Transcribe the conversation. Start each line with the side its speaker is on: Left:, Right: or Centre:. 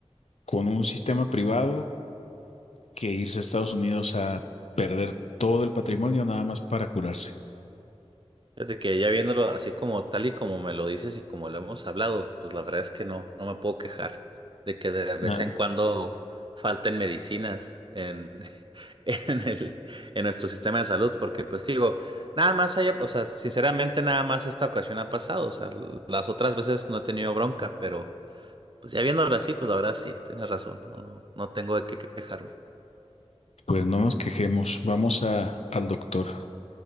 Left: con un sistema privado que irse a Estados Unidos a perder todo el patrimonio nada más para curarse.
Right: Fíjate que ya viéndolo así como tal y como me lo dices y como lo hemos hablado, pues la verdad es que no, no me puedo quejar de que de vez
Left: Nada,
Right: en cuando falten medicinas en, <laughs> en el, en nuestro sistema de salud, porque pues digo, nada más haya, o sea, sinceramente nada más esta ocasión ha pasado, o sea, las otras veces no he tenido bronca, pero pues ya viéndolo así, pues la verdad sí, tienes razón, no, no tengo de qué quejarme.
Left: pues no nos quejemos, vamos a, al doctor.